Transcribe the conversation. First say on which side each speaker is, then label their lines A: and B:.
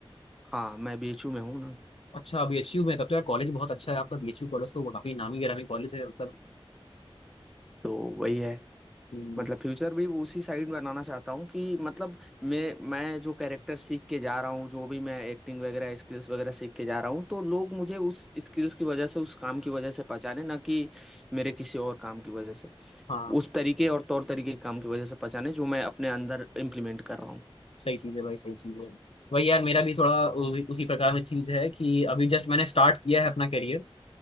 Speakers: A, in the centre; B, on the left.
A: हाँ मैं बीएचयू में हूँ ना
B: अच्छा बीएचयू में तब तो यार कॉलेज बहुत अच्छा है आपका बीएचयू कॉलेज तो वो काफी नामी गिरामी कॉलेज है मतलब
A: तो वही है
B: हम्म,
A: मतलब फ्यूचर भी उसी साइड बनाना चाहता हूँ कि मतलब मैं मैं जो कैरेक्टर सीख के जा रहा हूँ जो भी मैं एक्टिंग वगैरह स्किल्स वगैरह सीख के जा रहा हूँ तो लोग मुझे उस स्किल्स की वजह से उस काम की वजह से पहचाने ना कि मेरे किसी और काम की वजह से
B: हाँ
A: उस तरीके और तौर तरीके के काम की वजह से पहचाने जो मैं अपने अंदर इम्प्लीमेंट कर रहा हूँ
B: सही चीज़ है भाई सही चीज़ है वही यार मेरा भी थोड़ा उ- उसी प्रकार में चीज़ है कि अभी जस्ट मैंने स्टार्ट किया है अपना करियर